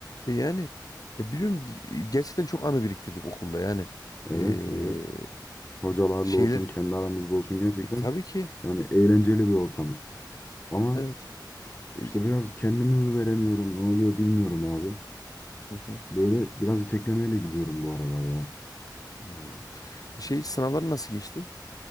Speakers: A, on the left (about 55°); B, on the left (about 25°).
A: E yani ya biliyorum bi- gerçekten çok anı biriktirdik okulda yani.
B: Evet,
A: Ee,
B: evet. Hocalarla
A: şeyler
B: olsun, kendi aramızda olsun gerçekten
A: E tabii ki
B: yani eğlenceli bir ortam. Ama
A: evet. E,
B: işte biraz kendimi mi veremiyorum, ne oluyor bilmiyorum abi.
A: hı hı.
B: Böyle biraz iteklemeyle gidiyorum bu aralar ya.
A: Hmm. E, Şey sınavların nasıl geçti?